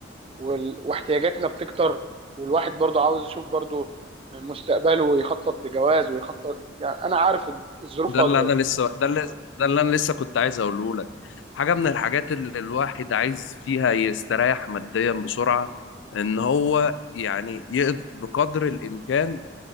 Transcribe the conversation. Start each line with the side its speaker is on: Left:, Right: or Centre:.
Right: وال... واحتياجاتنا بتكتر والواحد برضو عاوز يشوف برضو مستقبله ويخطط لجواز ويخطط يعني انا عارف الظروف
Left: ده
Right: فيها
Left: اللي
Right: ضغوط
Left: انا لسه ده اللي ده اللي انا لسه كنت عايز اقوله لك حاجه من الحاجات اللي الواحد عايز فيها يستريح ماديا بسرعه ان هو يعني يقدر بقدر الامكان